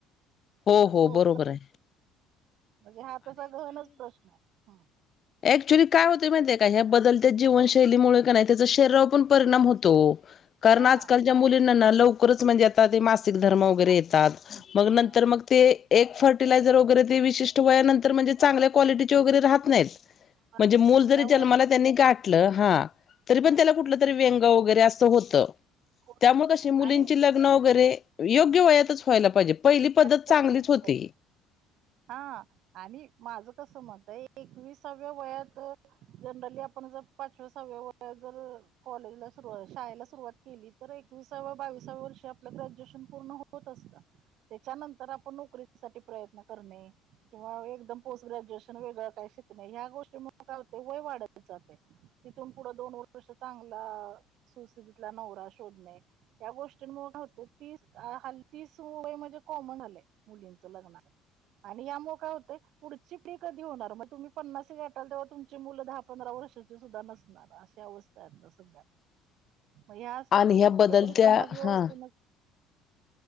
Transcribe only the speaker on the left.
हो
हो
बरोबरे.
ऍक्च्युली काय होते माहितीे काय? या बदलत्या जीवनशैलीमुळे का नाही त्याच शरीराव पन परिणाम होतो. कारन
आजकाल च्या मुलींना ना लवकरच म्हणजे आता ते मांस सीक धर्म वगैरे
येतात. मग
नं मग ते एक फर्टिलायझर वगैरे ते विषिष्ट वया नंतर म्हणजे चागल्या क्वालिटी चे वगैरे राहत नाहीत.
म्हणजे
मुल जरी
जन्माला त्यांनी घातल. हां. तरी पण
त्याला कुठल तरी व्यंग वगैरे अस होत.
त्यामुळे कशी
मुलींची लग् ग्न वगरे योग्य वयातच व्हाेयला पहिजे. पहिली पद्धत
चांगलीच होती.
<inaudible>
आणि ह्या बदलत्या
हा